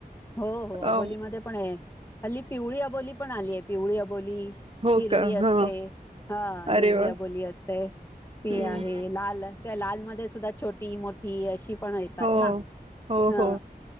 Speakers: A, on the left (about 15°); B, on the right (about 40°).
A: हो हो
B: अ
A: आबोलीमध्ये पण आहे हल्ली पिवळी अबोली पण आली आहे पिवळी अबोली
B: हो
A: हिरवी
B: का
A: असते
B: हा
A: हा हिरवी
B: अरे वा
A: अबोली असते ती
B: हम्म
A: आहे लाल त्या लालमध्येध्ये सुद्धा छोटी मोठी अशी पण येतात
B: हो
A: ना
B: हो
A: ह
B: हो